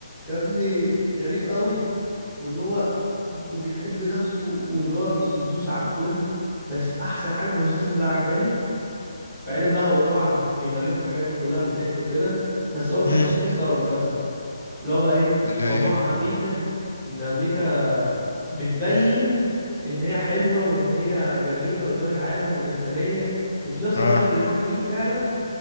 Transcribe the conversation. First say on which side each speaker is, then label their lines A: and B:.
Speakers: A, in the centre; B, on the left (about 80°).
A: يا ابني غريب قوي واللي هو وبيحب نفسه واللي هو بيدوس على الكل بس احسن حاجة في المسلسل ده عجباني بعيدا بقى هو طبعا بيغلفوا الحاجات دي كلها بالضحك وكده بس هو من الاخر
B: مم.
A: في قصة ورا مسلسل اللي هو بقى ايه
B: اللي
A: موضوع امريكا ان امريكا بتبين ان هي حلوة وان هي جميلة قدام العالم والانسانية وفي نفس
B: اه
A: الوقت اللي حاكمين فعلا